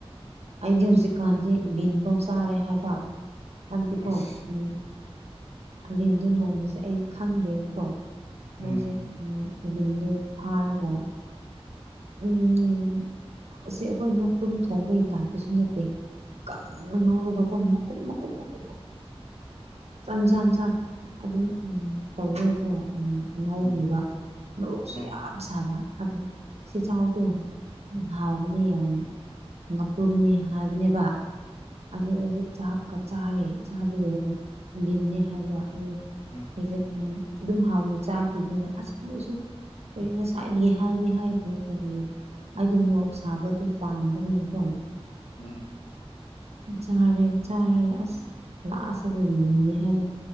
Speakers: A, on the right; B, on the left.
A: ꯑꯩꯗꯤ ꯍꯧꯖꯤꯛꯀꯥꯟꯗꯤ ꯂꯤꯟꯐꯧ ꯆꯥꯔꯦ ꯍꯥꯏꯕ ꯑꯗꯤ ꯀ
B: ꯑꯁ
A: ꯎꯝ ꯂꯤꯟꯗꯣ ꯅꯣꯡꯕꯁꯦ ꯑꯩ ꯈꯪꯗꯦꯕꯀꯣ
B: ꯎꯝ
A: ꯃꯣꯏꯁꯦ ꯕꯤꯟꯗꯨ ꯐꯥꯔꯤꯕ ꯎꯝꯝ ꯑꯁꯤ ꯑꯩꯈꯣꯏꯅꯄ꯭ꯔꯨꯝ ꯊꯣꯡꯕ ꯍꯩꯇꯥꯕꯁꯨ ꯅꯠꯇꯦ ꯀꯪꯅ ꯉꯧꯔꯒꯨꯝꯕ ꯀꯨꯝꯕ ꯀꯨꯝꯕ ꯀꯨꯝ
B: <unintelligible>
A: ꯖꯝ
B: <unintelligible>
A: ꯑꯗꯨꯝ ꯇꯧꯔꯒꯀꯣ ꯉꯥꯎꯕꯤꯕ
B: ꯎꯝ
A: ꯃꯣꯔꯣꯛꯁꯨ
B: ꯎꯝ
A: ꯌꯥꯝ ꯁꯥꯕ ꯑꯗꯣ ꯆꯦꯆꯥꯎꯗꯣ ꯍꯥꯎꯕꯅꯦ ꯌꯥꯝꯅ ꯃꯄ꯭ꯔꯨꯝꯅꯤ ꯍꯥꯏꯕꯅꯦꯕ ꯑꯗꯨ ꯑꯩ ꯆꯥꯛꯀ ꯆꯥꯔꯦ ꯆꯥꯕ ꯂꯣꯏ ꯂꯤꯅꯤ ꯍꯥꯏꯕ ꯑꯗꯨ
B: ꯎꯝ
A: ꯑꯩꯁꯦ ꯎꯝ ꯑꯗꯨꯝ ꯍꯥꯎꯅ ꯆꯥꯈꯤꯕꯅꯤꯅ ꯑꯁ ꯃꯣꯏꯁꯨ ꯀꯔꯤ ꯉꯁꯥꯏ ꯍꯥꯏꯒ ꯍꯥꯏꯗꯦ ꯀ ꯑꯩꯗꯤ ꯃꯣꯔꯣꯛ ꯁꯥꯕꯗꯨ ꯄꯥꯝꯕꯅꯤꯅꯀꯣ
B: ꯎꯝ
A: ꯆꯥꯔꯦ ꯆꯥꯔꯒ ꯑꯁ ꯂꯥꯛꯑꯁꯤꯗꯤ ꯂꯤꯅꯤ ꯍꯥꯏꯕ